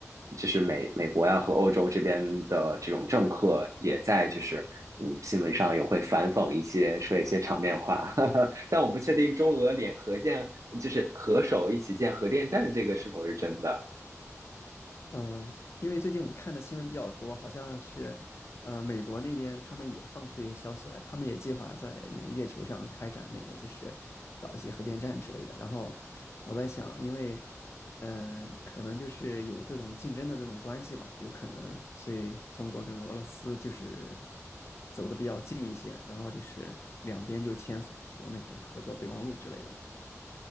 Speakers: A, on the right (about 75°); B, on the left (about 55°).
A: 就是美美国呀和欧洲这边的这种政客也在就是嗯新闻上也会反讽一些说一些场面话，<laughs> 哈哈。但我不确定中俄联合建就是合手一起建核电站这个是否是真的。
B: 嗯，因为最近我看的新闻比较多，好像是，呃，美国那边他们也放出一些消息来，他们也计划在那个月球上开展那个，就是搞一些核电站之类的。然后我在想，因为，呃，可能就是有这种竞争的这种关系吧，有可能，所以中国跟俄罗斯就是走的比较近一些，然后就是两边就签署过那种合作备忘录之类的。